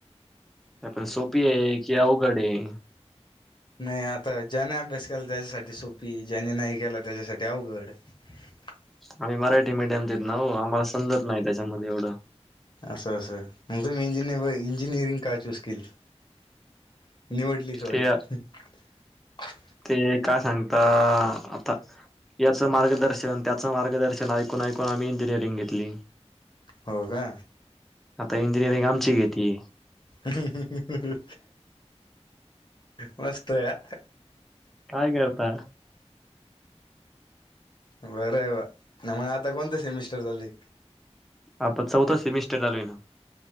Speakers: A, in the centre; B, on the left.
A: पण की सोपी आहे कि अवघड आहे
B: नाही आता ज्याने अभ्यास केला त्याच्यासाठी सोपीई ज्याने नाही केला त्याच्यासाठी अवघड हम्म आ
A: आम्ही मराठी मीडियमच्यातून देत ना हो आम्हाला समजत नाही त्याच्यामध्येल एवढं
B: असा असा मग मी इंज इंजिनिरिंग का चूस केली निवडली सॉरी
A: ते
B: हम्म
A: ते काय सांगता ता आता हयाच मार्गदर्शन त्याचं मार्गदर्शन ऐकून ऐकून आम्ही इंजिनिअरिंग घेतली
B: हो अ का
A: आता इंजिनिअरिंग आमची घेतली
B: हम् हम् हम् ह मस्त या
A: काय य करता
B: बरं आहे बा मग आता कोणते सेमिस्टर झाली
A: आता चौथं सेमिस्टर झालय ना